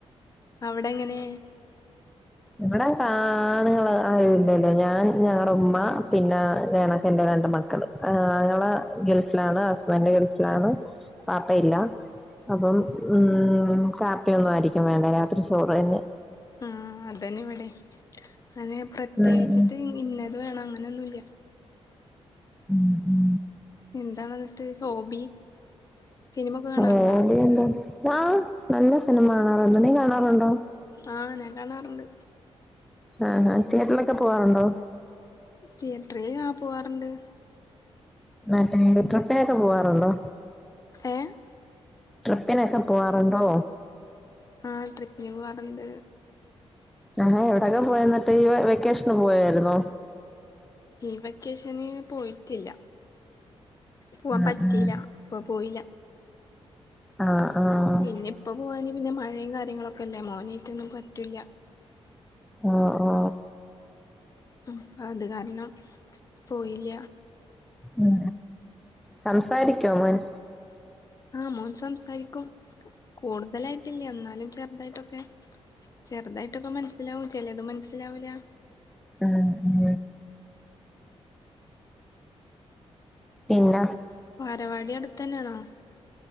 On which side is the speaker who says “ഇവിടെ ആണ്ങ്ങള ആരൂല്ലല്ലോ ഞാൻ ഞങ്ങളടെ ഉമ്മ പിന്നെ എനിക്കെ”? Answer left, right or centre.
Centre